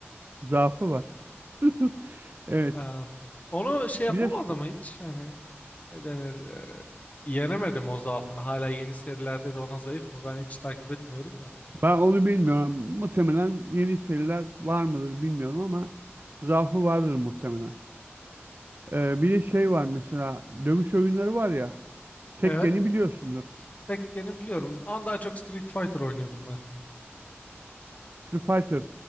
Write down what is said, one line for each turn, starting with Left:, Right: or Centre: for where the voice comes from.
Right: zaafı var. <laughs> Evet.
Left: E, onu şey yapamadı
Right: Bir de Su-
Left: mı hiç? Hani ne denir? E, yenemedim o zaafını. Hala yeni serilerde de ona zayıf mı? Ben hiç takip etmiyorum da.
Right: ben onu bilmiyorum. Muhtemelen yeni seriler var mıdır bilmiyorum ama zaafı vardır muhtemelen. Ee, bir
Left: Hmm.
Right: de şey var mesela dövüş oyunları var ya. Tekken'i
Left: Evet.
Right: biliyorsundur.
Left: Tekken'i biliyorum. Ama daha çok Street Fighter oynuyordum ben.
Right: Street Fighter.